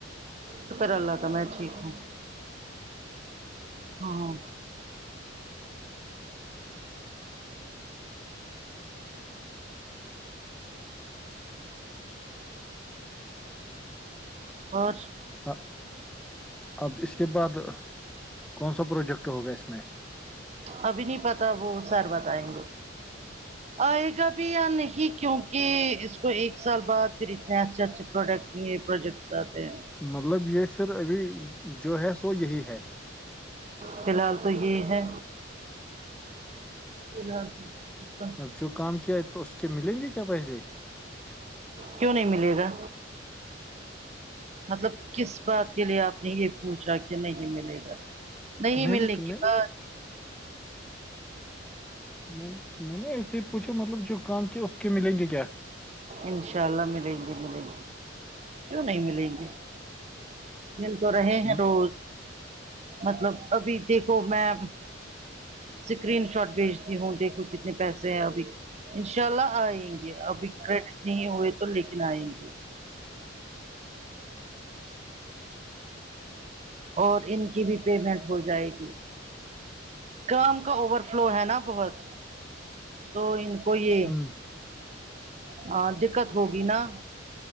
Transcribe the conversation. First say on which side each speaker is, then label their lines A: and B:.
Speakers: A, on the right; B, in the centre.
A: شکر اللہ کا میں ٹھیک ہوں ہاں اور
B: ہاں اب اس کے بعد کون سا پروجیکٹ ہوگا اس میں
A: ابھی نہیں پتا وہ سر بتائیں گے آئے گا بھی یا نہیں کیونکہ اس کو ایک سال بعد پھر اتنے اچھے اچھے پروڈکٹ یہ پروجیکٹس آتے ہیں
B: مطلب یہ پھر ابھی جو ہے سو یہی ہے
A: فی الحال تو یہ ہے پ جا
B: اب جو کام کیا ہے تو اس کے ملیں گے کیا پیسے
A: کیوں نہیں ملے گا مطلب کس بات کے لیے آپ نے یہ پوچھا کہ نہیں ملے گا نہیں
B: میں
A: ملنے
B: نے
A: کی
B: میں نے
A: بات
B: میں میں نے ایسے ہی پوچھا مطلب جو کام کیا اس کے ملیں گے کیا
A: انشاء اللہ ملیں گے ملیں گے کیوں نہیں ملیں گے مل تو رہے
B: ہم-
A: ہیں روز مطلب ابھی دیکھو میں اسکرین شاٹ بھیجتی ہوں دیکھوں کتنے پیسے ہیں ابھی ان شاء اللہ آئیں گے ابھی کریڈٹ نہیں ہوئے تو لیکن آئیں گے اور ان کی بھی پیمنٹ ہو جائے گی کام کا اوور فلو ہے نا بہت تو ان کو یہ
B: ہم،
A: ہاں دقت ہوگی نہا